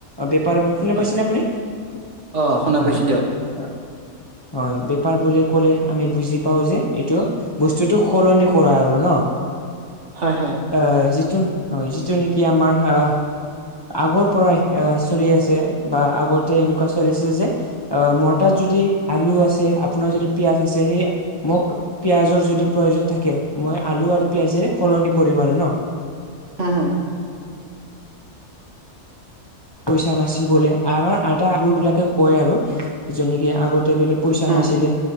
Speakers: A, on the left; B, on the right.
A: বেপাৰবোৰ ফোনে
B: হয়
A: পাইছেনে আপুনি হয়
B: অ শুনা পাইছো দিয়ক
A: অ' হয় বেপাৰ বুলি ক'লে আমি বুজি পাও যে এইটো বস্তুটো সলনি ক কৰা আৰু ন
B: হয় হয়
A: আহ যিটো হয় যিটো নেকি আমাৰ আহ আগৰ পৰাই এ চলি আছে বা আগতে এনেকুৱা চলিছিল যে অ' মোৰ তাত যদি আলু আছে আপোনাৰ যদি পিয়াজ আছে সেই মোক পিয়াজৰ যদি প্ৰয়োজন থাকে মই আলু আৰু পিয়াজেৰে সলনি কৰিম আৰু ন।
B: <inaudible>
A: পইচা নাছিল বোলে আমাৰ আইটা আবু বিলাকে কয় আৰু জনীকে আগতে বেলেগ পইচা
B: হুম
A: নাছিলে